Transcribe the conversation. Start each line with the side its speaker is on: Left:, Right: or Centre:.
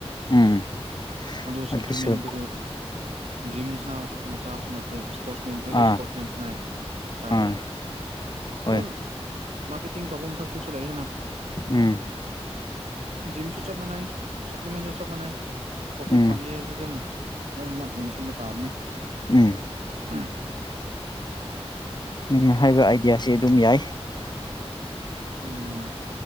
Left: ꯎꯝ
Right: ꯑꯗꯨ ꯁꯞ꯭ꯂꯤꯃꯦꯟꯗꯨꯗ
Left: ꯑꯗꯨꯁꯨ
Right: ꯖꯤꯝ ꯁꯥꯟꯅꯕ ꯈꯛ ꯀꯅ ꯆꯥꯕꯁꯨ ꯅꯠꯇꯦ ꯏꯁꯄꯣꯔꯠꯁꯃꯦꯟ ꯑꯦꯕ꯭ꯔꯤ
Left: ꯑꯥ
Right: ꯏꯁꯄꯣꯔꯠꯁꯃꯦꯟꯁꯤꯅ ꯆꯥꯏꯌꯦꯕ
Left: ꯑꯥ ꯍꯣꯏ
Right: ꯑꯗꯨꯝ ꯃꯥꯔꯀꯦꯇꯤꯡ ꯇꯧꯕ ꯃꯊꯛꯇꯁꯨ ꯂꯩꯌꯦꯗꯅ
Left: ꯎꯝ
Right: ꯖꯤꯝꯁꯨ ꯆꯞ ꯃꯅꯩ ꯁꯄ꯭ꯂꯤꯃꯦꯟꯖꯨ ꯆꯞ ꯃꯥꯅꯩ꯫ ꯄ꯭ꯔꯣꯐꯤꯠ
Left: ꯎꯝ
Right: ꯐꯪꯉꯦ ꯍꯥꯏꯗꯤ ꯑꯗꯨꯝ ꯂꯣꯏꯅꯃꯛ ꯌꯦꯡꯁꯤꯟꯕ ꯇꯥꯕꯅꯦ
Left: ꯎꯝ
Right: ꯎꯍꯨꯝ
Left: ꯪꯅꯪꯅ ꯍꯥꯏꯕ ꯑꯥꯏꯗꯤꯌꯥꯁꯤ ꯑꯗꯨꯝ ꯌꯥꯏ
Right: ꯎꯝ